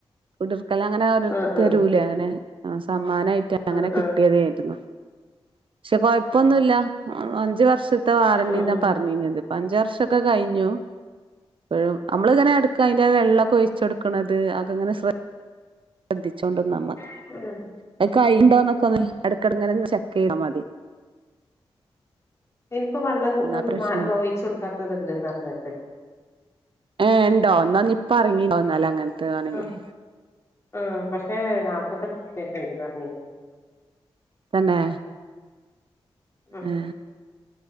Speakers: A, on the right; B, on the left.
A: കുടിർക്കൽ അങ്ങനെ ഒരു
B: ആ
A: തരൂലെ
B: ആ
A: അങ്ങനെ ആ സം സമ്മാനായിട്ട് അങ്ങനെ
B: ആ
A: കിട്ടിയതേരുന്നു
B: ആ
A: പക്ഷെ കൊഴപ്പൊന്നുല്ല അഞ്ചു വർഷം ത്തെ വാറണ്ടിന്നാ
B: ഉം ഉം
A: പറഞ്ഞിരുന്നത്. പ്പ അഞ്ചു വർഷൊക്കെ കഴിഞ്ഞു പ്പോഴും അമ്മളിങ്ങനെ എടുക്കയിന്റെ വെള്ള ഒഴിച്ച് കൊടുക്കണത് അതൊക്കെ ങ്ങനെ ശ്ര ദ്ധി ച്ചോണ്ട്ന്നാ മതി.
B: ഉം
A: അത് കയ്യിണ്ടോന്നൊക്കെ ഇടക്കങ്ങനെ ചെക്ക് ചെയ്താ മതി.
B: ഇനിയിപ്പോ വെള്ളം
A: എന്നാ പ്രശ്നം
B: ഒഴിച്ച് കൊടുക്കാത്തത്ണ്ട്ന്ന് പറഞ്ഞട്ട്
A: ഏ ണ്ടോ ന്നാ ഞ്ഞി പ്പോ എറങ്ങീണ്ടാവും ന്നാല് അങ്ങനത്തെ വേണെങ്കില്
B: ആ ആ പക്ഷേ നാപ്പത്തട് <unintelligible>
A: തന്നെ
B: ഉം
A: ആഹ്.